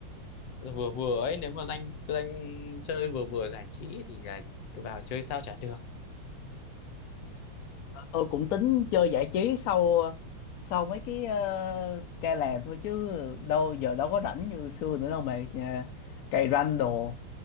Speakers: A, on the left; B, on the left.
A: vừa vừa ấy nếu mà danh danh chơi vừa vừa giải trí thì là vào chơi sao chả được
B: Tôi cũng tính chơi giải trí sau sau mấy cái ờ, ca làm thôi chứ đâu giờ đâu có rảnh như xưa nữa đâu mà nhà- cày ranh đồ.